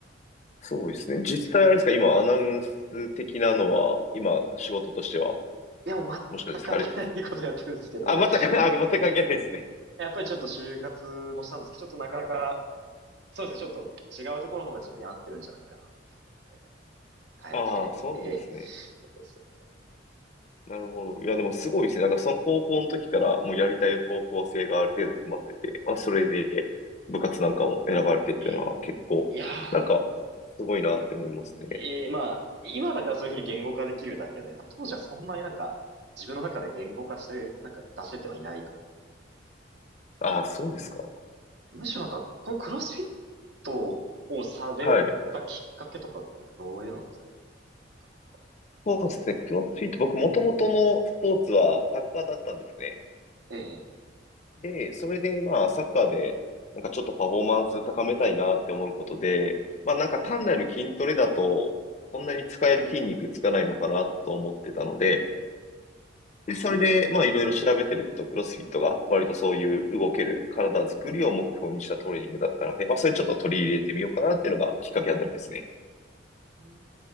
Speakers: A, on the left (about 35°); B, on the right (about 60°).
A: そうですね。実際あれですか、今アナウンス的なのは、今仕事としては、
B: いや、もう全く関係ないことやってるんですけど、
A: もしかしてされてた、あ、全く、あ、全く関係ないですね。
B: やっぱりちょっと就活もしたんですけど、ちょっとなかなか、そうですね、ちょっと違うところの方が自分に合ってるんじゃないかなっていうところを変えて、
A: ああ、そうなんですね。
B: <laughs> ええ、なんですよ。
A: なるほど。いや、でもすごいですね。なんかその高校の時からもうやりたい方向性がある程度決まってて、まあそれで部活なんかも選ばれてっていうのは結構、
B: ええ。いや
A: なんかすごいなって思いますね。
B: ー、ええ、まあ、今だからそういうふうに言語化できるだけで、多分当時はそんなになんか、自分の中で言語化して、なんか出せてはいないと思
A: ああ、そうですか。
B: むしろなんか、このクロスフィットをされたきっかけとかってなんかどういうのなんですか
A: はい。
B: ?4 年間とか。
A: そうですね。クロスフィット、僕もともとのスポーツはサッカーだったんですね。
B: ええ。
A: で、それでまあサッカーでなんかちょっとパフォーマンス高めたいなって思うことで、まあなんか単なる筋トレだとそんなに使える筋肉つかないのかなと思ってたので、で、それで、まあ、いろいろ調べてると、クロスフィットが割とそういう動ける体作りを目標にしたトレーニングだったので、まあ、それちょっと取り入れてみようかなっていうのがきっかけあたりですね。
B: うん